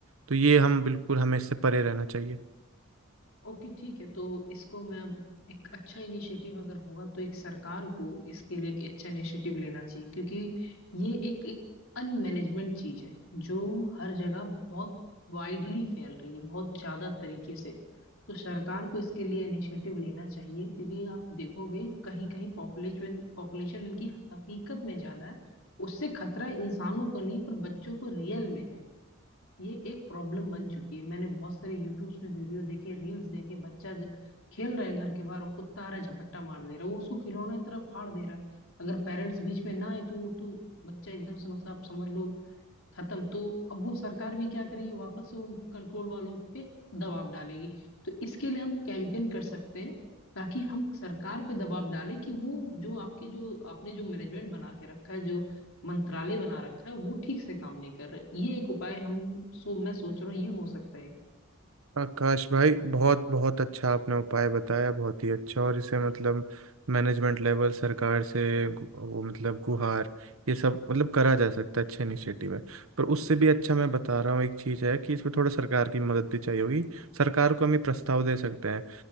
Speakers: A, on the right; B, on the left.
A: तो ये हम बिल्कुल हमें इससे परे रहना चाहिए
B: ओके ठीक है तो इसको मैं एक अच्छा इनिशिएटिव अगर होगा तो एक सरकार को इसके लिए एक अच्छा इनिशिएटिव लेना चाहिए क्योंकि ये एक एक अनमैनेजमेंट चीज है जो हर जगह बहुत वाइडली फैल रही है बहुत ज्यादा तरीके से तो सरकार को इसके लिए इनिशिएटिव लेना चाहिए क्योंकि आप देखोगे कहीं कहीं पॉपुलेशन पॉपुलेशन इनकी हकीकत में ज्यादा है उससे खतरा इंसानों को नहीं पर बच्चों को रियल में है ये एक प्रॉब्लम बन चुकी है मैंने बहुत सारे यूट्यूब्स में वीडियो देखे रील्स देखे बच्चा ज, खेल रहा है घर के बाहर और कुत्ता आ रहा है झपट्टा मार दे रहा है वो उसको खिलौने की तरफ फाड़ दे रहा है अगर पेरेंट्स बीच में ना आए तो तो बच्चा एकदम से मतलब आप समझ लो खत्म तो अब वो सरकार भी क्या करेगी वापस से उन कंट्रोल वालों पे दबाव डालेगी तो इसके लिए हम कैंपेन कर सकते हैं ताकि हम सरकार पे दबाव डालें कि वो जो आपके जो आपने जो मैनेजमेंट बना के रखा है जो मंत्रालय बना रखा है वो ठीक से काम नहीं कर रहे ये एक उपाय हम सो मैं सोच रहा हूँ ये हो सकता है
A: आकाश भाई बहुत बहुत अच्छा आपने उपाय बताया बहुत ही अच्छा और इसे मतलब मैनेजमेंट लेवल सरकार से गु- वो मतलब गुहार ये सब मतलब करा जा सकता है अच्छे इनिशिएटिव है पर उससे भी अच्छा मैं बता रहा हूँ एक चीज़ है कि इसमें थोड़ा सरकार की मदद भी चाहिए होगी सरकार को हम ये प्रस्ताव दे सकते हैं